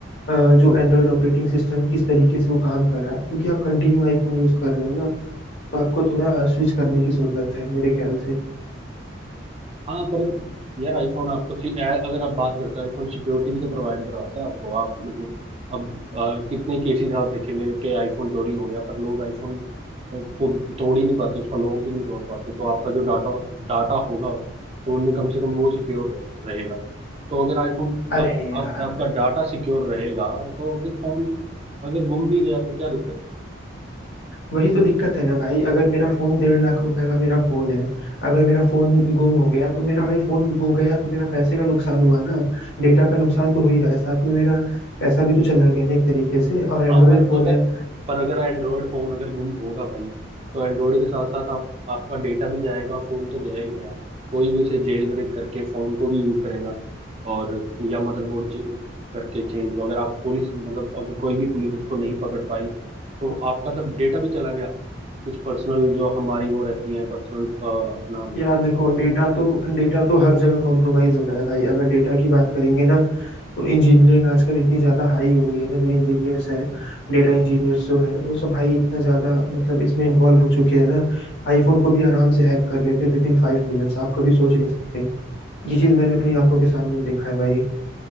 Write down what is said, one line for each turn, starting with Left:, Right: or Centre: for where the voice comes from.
Left: अ, जो एंड्रॉयड ऑपरेटिंग सिस्टम है किस तरीके से वो काम कर रहा है क्योंकि आप कंटिन्यू आईफोन यूज कर रहे हो ना तो आपको थोड़ा स्विच करने की जरूरत है मेरे ख्याल से
Right: हाँ पर यार आईफोन आपको सी- ए- अगर आप बात करो तो आईफोन सिक्योरिटी भी तो प्रोवाइड करवाता है आपको आप मतलब अब आ, कितने केसेस आप देखेंगे कि आईफोन चोरी हो गया पर लोग आईफोन को तोड़ ही नहीं पाते उसका लॉक ही नहीं तोड़ पाते तो आपका जो डाटा डाटा होगा फोन में कम से कम वो सिक्योर रहे, रहेगा तो अगर आईफोन
Left: अरे
Right: आप, आप,
Left: यार
Right: आपका डाटा सिक्योर रहेगा तो फिर फोन अगर गुम भी गया तो क्या दिक्कत है?
Left: वही तो दिक्कत है ना भाई अगर मेरा फोन डेढ़ लाख रुपए का मेरा फोन है अगर मेरा फोन गुम हो गया तो मेरा भाई फोन गुम गया तो मेरा पैसे का नुकसान हुआ ना डेटा का नुकसान तो हो ही रहा है साथ में मेरा पैसा भी तो चला गया ना एक तरीके से और एंड्रॉयड
Right: हाँ पर
Left: फोन
Right: अगर
Left: है
Right: पर अगर एंड्रॉयड फोन अगर गुम होगा भाई तो एंड्रॉयड के साथ साथ आप आपका डेटा भी जाएगा फोन तो गया ही गया कोई भी उसे जेल ब्रेक करके फोन को भी यूज करेगा और या मदरबोर्ड करके चेंज अगर आप पुलिस मतलब अगर कोई भी पुलिस उसको नहीं पकड़ पाई तो आपका तो डेटा भी चला गया कुछ पर्सनल जो हमारी वो रहती है पर्सनल अपना
Left: यार देखो डेटा तो डेटा तो हर जगह कॉम्प्रोमाइज हो रहा है भाई अगर डेटा की बात करेंगे ना तो इंजीनियरिंग आजकल इतनी ज्यादा हाई हो गई है ना जो इंजीनियर्स हैं डेटा इंजीनियर्स जो हैं वो सब भाई इतना ज्यादा मतलब इसमें इन्वॉल्व हो चुके हैं ना आईफोन को भी आराम से हैक कर लेते हैं विद इन फाइव मिनट्स आप कभी सोच नहीं सकते ये चीज मैंने अपनी आंखों के सामने देखा है भाई